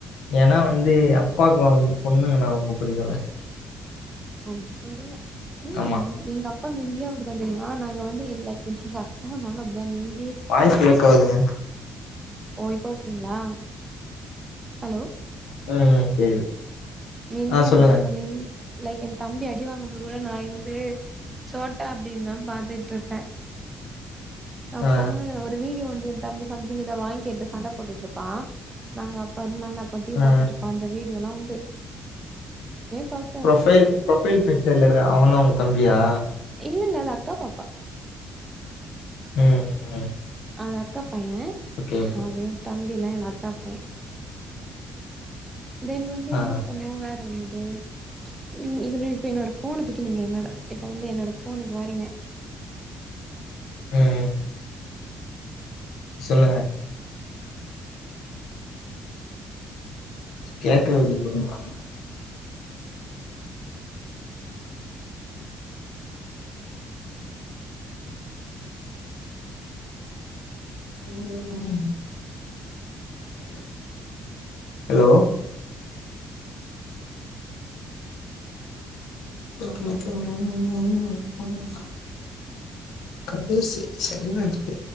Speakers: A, on the left; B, on the right.
A: ஏன்னா வந்து அப்பாக்குலா வந்து பொண்ணுங்கனா ரொம்ப பிடிக்குல
B: அப்டி சொல்றீங்க ம்
A: ஆமா.
B: எங்க அப் பா மிந்தியே அப்டித்தா தெரியுமா நாங்க வந்து என் லைக் என்னுட அக்காவு நானு அப்டிதான் மிந்
A: வாய்ஸ் பிரேக் ஆவுதுங்க
B: ஓ இப்போ ஓகேங்களா ஹலோ
A: ம் கேக்குது
B: மிந்தியே
A: ஆ சொல்லுங்க.
B: அப்டிதாங்க மிந் லைக் எ தம்பி அடி வாங்கும்போது கூட நா இருந்து சோட்டா பீம் தா பாத்துட்டு இருப்பே அப்பவுமே
A: ஆ
B: ஒரு வீடியோ உண்டு தம்பி சம்திங் ஏதோ வாங்கி கேட்டு சண்ட போட்டுட்டு இருப்பா நாங்க அப்ப இருந்து நானு அக்காவு டிவி
A: ஆ
B: பார்த்துட்டு இருப்போ அந்த வீ டியோலா உண்டு பாப்போ
A: ப்ரொஃபைல் ப்ரொஃபைல் பிச்சர்ல இருக்கா அவதா உ தம்பியா
B: இல்லல்ல அது அக்கா பாப்பா
A: ம் ம்
B: அது அக்கா பைய
A: ஓகே, ஓகே.
B: அவ எ தம் பிலா இல்ல அக்கா பைய தென் வந்து
A: ஆ,
B: என்ன பண்ணுவு வேற என்னன் னி நீங் இப்ப நீ இப்ப என்னோட ஃபோன தூக்கி நீங்க என்னோட இப்ப வந்து என்னோட ஃபோனுக்கு வரீங்க
A: ம் ம் சொல்லுங்க கேக்கவே இல்ல <inaudible> <inaudible> ஹலோ <unintelligible> கடைசி <unintelligible>